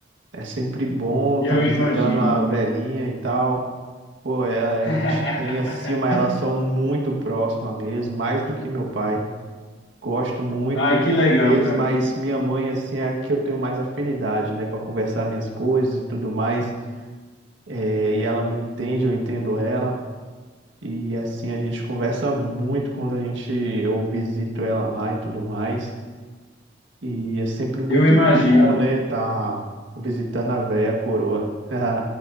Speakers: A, on the right; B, on the left.
A: É sempre bom
B: Eu
A: estar visitando
B: imagino.
A: a velhinha e tal. Pô, é, a
B: <laughs>
A: gente tem assim uma relação muito próxima mesmo, mais do que meu pai. Gosto muito
B: Ai, que legal,
A: deles,
B: cara.
A: mas minha mãe, assim, é a que eu tenho mais afinidade, né, para conversar minhas coisas e tudo mais. É, e ela me entende, eu entendo ela. E assim a gente conversa muito quando a gente eu visito ela lá e tudo mais. E é sempre muito
B: Eu imagino.
A: bom, né, tá visitando a velha coroa. <laughs>